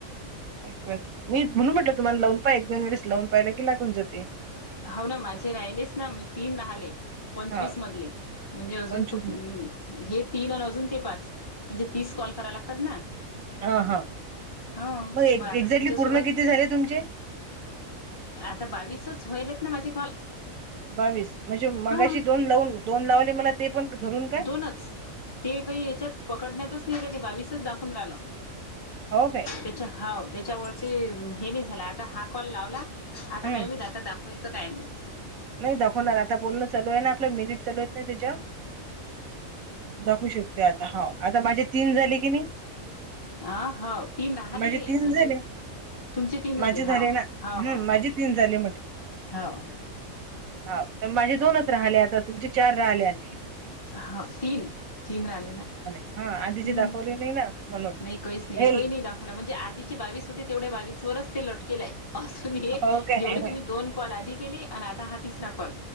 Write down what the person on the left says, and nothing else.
हाव ना माझे राहिलेच ना म तीन राहाले. पंचवीसमधले
म्हणजे अजून
तो कु
म्हण हे तीन आण अजून ते पाच म्हणजे तीस कॉल कराय लागतात ना.
हा
म आता
तुमच्यासोबत
आता बावीसच व्हायलेत ना माझे कॉल.
हा
दोनच ते काय हेच्यात पकडण्यातच नाई आले ते बावीसच दाखवून राहल.
तेच्या हा तेच्यावरती हे नाही झाला आता हा कॉल लावला आता
काय मी डाटा दाखव होईल का काय माहीत.
आ हाव तीन राहले
म्हणजे
तुमचे तीन
झाले हा
हा
हो
हो
हाव.
अ हा तीन तीन राहिले ना.
हम्म
नाही काहीच नाही
एक ही नाही दाखवला म्हणजे आधीची बावीस होते तेवढ्या बावीस वरच ते लटकेलं आहे. असून हे
जेवढे तुम्ही दोन कॉल आधी केले आणि आता हा तिसरा कॉल.